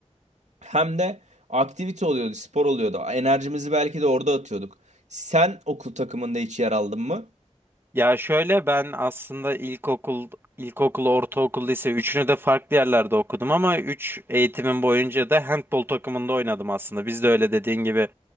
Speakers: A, on the right (about 75°); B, on the right (about 20°).
A: Hem de aktivite oluyordu, spor oluyordu. Enerjimizi belki de orada atıyorduk. Sen okul takımında hiç yer aldın mı?
B: Ya şöyle ben aslında ilkokul, ilkokul, ortaokul, lise üçünü de farklı yerlerde okudum ama üç eğitimim boyunca da handbol takımında oynadım aslında. Biz de öyle dediğin gibi